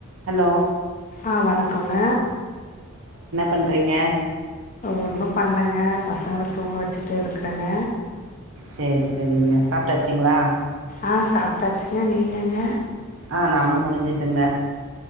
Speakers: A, on the right; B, on the left.
A: ஹலோ
B: ஆ வணக்கங்க
A: பண்றீங்க
B: ஒன்னும் பண்ணலங்க பசங்களை தூங்க வச்சுட்டு இருக்கறேங்க
A: சரி சரிங்க சாப் சாப்டாச்சுங்களா
B: ஆ சாப்ட்டாச்சுங்க நீங்கங்க
A: ஆ நானும் முடிஞ்சுட்டுங்க